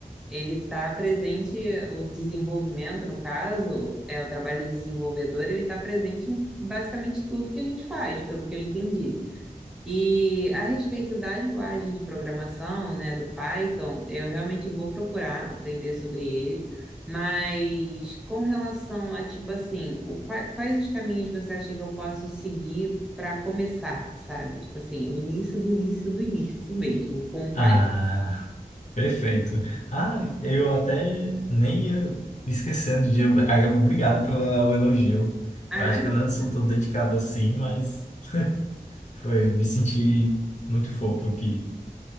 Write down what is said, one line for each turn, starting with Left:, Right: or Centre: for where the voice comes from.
Centre: Ele está presente, o desenvolvimento, no caso, é o trabalho do desenvolvedor, ele está presente em basicamente tudo que a gente faz, pelo que eu entendi. E a respeito da linguagem de programação, né, do Python, eu realmente vou procurar aprender sobre ele, mas com relação a, tipo assim, o, qua- quais os caminhos você acha que eu posso seguir para começar, sabe? Tipo assim, o início do início do início mesmo, com o
Left: Ah,
Centre: Python.
Left: perfeito. Ah, eu até nem ia esquecendo de. Agora, Obrigado pelo elogio.
Centre: Ah,
Left: Eu acho
Centre: imagina.
Left: que eu não sou tão dedicado assim, mas. Foi, me senti muito fofo aqui.